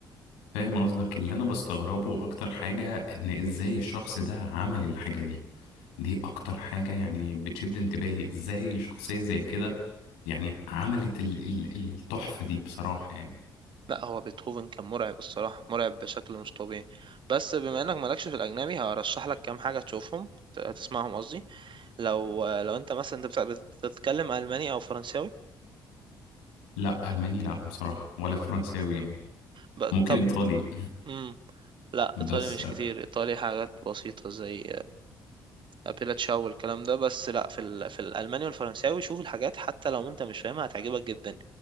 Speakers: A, on the left; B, on the right.
A: فاهم قصدك اللي انا بستغربه اكتر حاجة ان ازاي الشخص ده عمل الحاجة دي دي اكتر حاجة يعني بتشد انتباهي ازاي شخصية زي كده يعني عملت ال ال التحفة دي بصراحة يعني
B: لا هو بيتهوفن كان مرعب الصراحة مرعب بشكل مش طبيعي بس بما انك مالكش في الأجنبي هرشح لك كام حاجة تشوفهم ت- تسمعهم قصدي لو لو انت مثلا انت بتاع- بتتكلم ألماني أو فرنساوي
A: لا الماني لا بصراحة ولا فرنساوي يعني
B: ب-
A: ممكن
B: طب
A: ايطالي
B: مم. لا ايطالي
A: بس
B: مش
A: اخري
B: كتير ايطالي حاجات بسيطه زي ابيلا تشاو والكلام ده بس لا في ال... في الالماني والفرنساوي شوف الحاجات حتى لو انت مش فاهمها هتعجبك جدا